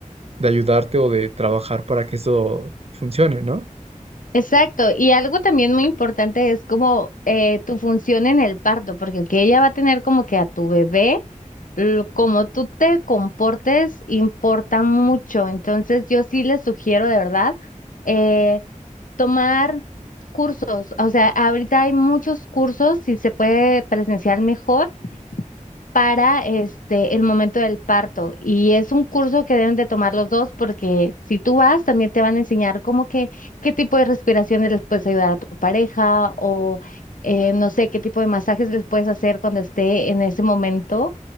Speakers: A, on the right (about 50°); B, on the left (about 80°).
A: de ayudarte o de trabajar para que eso funcione, ¿no?
B: Exacto, y algo también muy importante es como eh, tu función en el parto, porque aunque ella va a tener como que a tu bebé, l- como tú te comportes importa mucho. Entonces yo sí les sugiero de verdad eh, tomar cursos, o sea, ahorita hay muchos cursos, si se puede presenciar mejor, para este el momento del parto. Y es un curso que deben de tomar los dos porque si tú vas, también te van a enseñar como que qué tipo de respiraciones les puedes ayudar a tu pareja o eh, no sé qué tipo de masajes les puedes hacer cuando esté en ese momento.